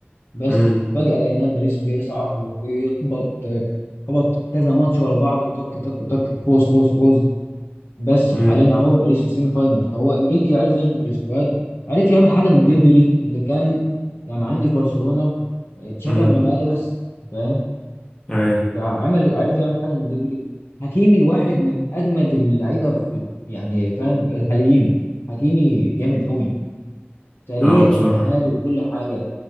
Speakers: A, on the left; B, on the left.
A: بس
B: مم.
A: فجأة لقينا الباريس بيصعد وبيخبط آه، خبط كذا ماتش ورا بعض طك طك طك فوز فوز فوز بس
B: مم.
A: وحاليا اهو باريس في سيمي فاينال فهو انريكي عرف يظبط السكواد عرف يعمل حاجه من ديمبلي اللي كان يعني عندي في برشلونه اتشتم
B: مم.
A: لما قال يا بس فاهم
B: أيوه
A: فعمل عرف يعمل حاجه من ديمبلي حكيمي واحد من اجمد اللعيبه في يعني فاهم الحاليين حكيمي جامد قوي سريع
B: أه بصراحة
A: ومهاري وكل حاجه